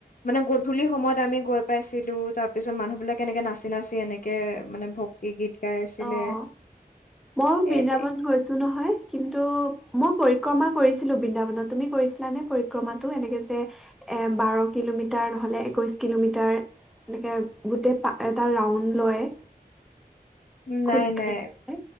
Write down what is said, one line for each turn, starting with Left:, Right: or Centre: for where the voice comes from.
Left: মানে গধূলি সময়ত আমি গৈ পাইছিলো তাৰ পিছত মানুহ বিলাকে এনেকে নাচি-নাচি এনেকে মানে ভক্তি গীত গাই আছিলে
Centre: অ' মইো
Left: সেই
Centre: বৃন্দাবন গৈছো নহয় কিন্তু মই পৰ পৰিক্ৰমা কৰিছিলো বৃন্দাবনত তুমি কৰিছিলানে পৰিক্ৰমাটো এনেকে যে এ বাৰ কিলোমিটাৰ নহলে একৈশ কিলোমিটাৰ এনেকে গোট এটা ৰাউড লয়।
Left: নাই‌
Centre: খোজকাঢ়ি
Left: নাই